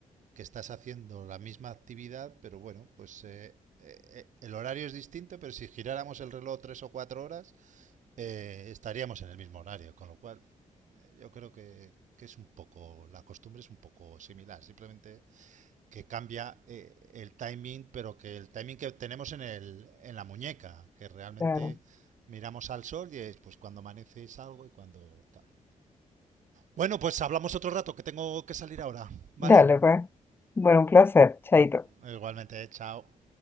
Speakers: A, on the right; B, on the left.
A: que estás haciendo la misma actividad, pero bueno, pues eh, eh, eh, el horario es distinto, pero si giráramos el reloj tres o cuatro horas, eh, estaríamos en el mismo horario, con lo cual eh, yo creo que, que es un poco, la costumbre es un poco similar, simplemente que cambia eh, el timing, pero que el timing que tenemos en, el, en la muñeca, que realmente
B: claro.
A: miramos al sol y es pues cuando amanece salgo y cuando tal. Bueno, pues hablamos otro rato, que tengo que salir ahora, ¿vale?
B: Dale, pues. Bueno, un placer. Chaito.
A: Igualmente, chao.